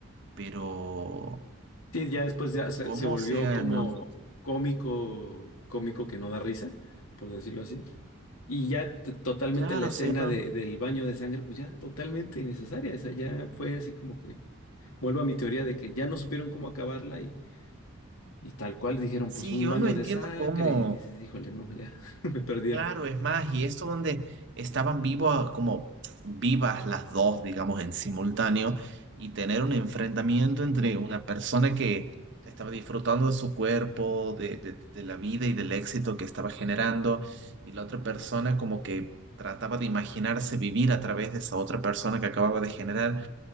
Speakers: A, on the right; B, on the left.
A: pero
B: Sí, ya después ya se,
A: ¿cómo?
B: se volvió
A: O sea,
B: como
A: no, no,
B: cómico, cómico que no da risa, por decirlo así. Y ya t- totalmente
A: claro,
B: la escena
A: o sea, no-
B: de- del baño de sangre, pues ya totalmente innecesaria. Esa ya fue así como que, vuelvo a mi teoría de que ya no supieron cómo acabarla y, y tal cual dijeron,
A: sí,
B: pues un
A: yo
B: baño
A: no entiendo
B: de sangre
A: cómo,
B: y dices, híjole, no, ya <laughs> me perdieron.
A: claro, es más, y esto donde estaban vivos, como vivas las dos, digamos, en simultáneo, y tener un enfrentamiento entre una persona que estaba disfrutando de su cuerpo, de, de, de la vida y del éxito que estaba generando, y la otra persona como que trataba de imaginarse vivir a través de esa otra persona que acababa de generar